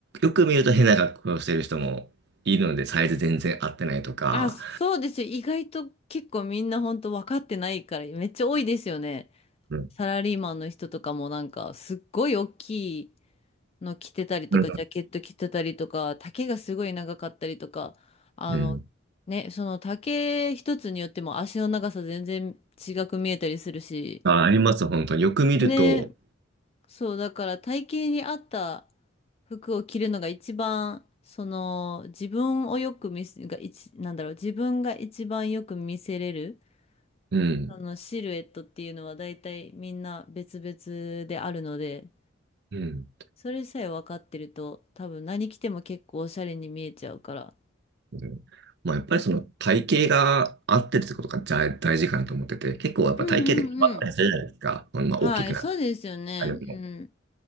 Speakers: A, on the right; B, on the left.
A: よく見ると変な格好をしてる人もいるので、サイズ全然合ってないとか、
B: あ、そうですよ。意外と結構みんな本当分かってないから、めっちゃ多いですよね。
A: うん、
B: サラリーマンの人とかもなんか、すっごい大きいの着てたりとか、
A: うん
B: ジャケット着てたりとか、丈がすごい長かったりとか、あの、
A: うん。
B: ね、その丈一つによっても足の長さ全然違く見えたりするし、
A: あ、あります、本当に。よく見ると、
B: ね、そう、だから体型に合った服を着るのが一番、その自分をよく見せ、が一、なんだろう、自分が一番よく見せれる、
A: うん、
B: あのシルエットっていうのは大体みんな別々であるので、
A: うん。
B: それさえ分かってると多分何着ても結構おしゃれに見えちゃうから。
A: うんまあ、やっぱりその体型が合ってるってことが大大事かなと思ってて、結構やっぱ体型で変わったりするじゃないですか。
B: うんうん
A: まあ、
B: うん。はい、
A: 大きくなっ
B: そうですよね。
A: たりも。
B: うん。